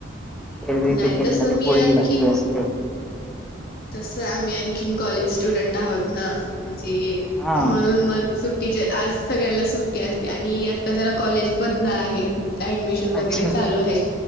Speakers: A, in the centre; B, on the left.
A: एरवी
B: नाही
A: टिफीन
B: तसं
A: मधे
B: मी
A: पोळी,
B: आणखीन
A: भजी असते.
B: तसं आम्ही आणखीन कॉलेज स्टुडंट आहोत ना. म्हणजे
A: हां.
B: म्हणून मग सुट्टीच्या आज सगळ्यांना सुट्टी असते. आणि आत्ता जरा कॉलेज बंद आहे. ऍडमिशन वगैरे
A: अच्छा.
B: चालू आहेत.